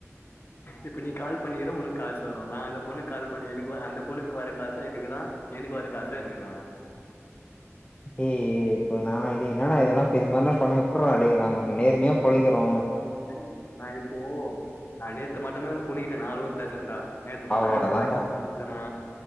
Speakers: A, on the left; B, on the left.
A: இப்ப நீ கால் பண்ணிக்கிற உனக்கு காசு வரு நா அந்த பொண்ணுக்கு கால் பண்ணி எனக்கு அந்த பொண்ணுக்கு வர காசு எனக்கு தா எனக்கு வர காசு எனக்கு தா
B: எ எ எ இப்ப நா ஏ என்னடா இதெல்லா இது மாதிர ல பண்ணா எப்புட்ரா டே நாங்க இங்க நேர்மையா பொளக்கிறோ
A: டேய் நா இப்போ நா நேத்து மாட்டதா பொண்ணுகிட்ட நா அலோன் பேசுறன்டா நேற்று மட்டு
B: அவ்ளோதான்டா
A: ஆப்பு லகின் பண்ணிச்சேன்னா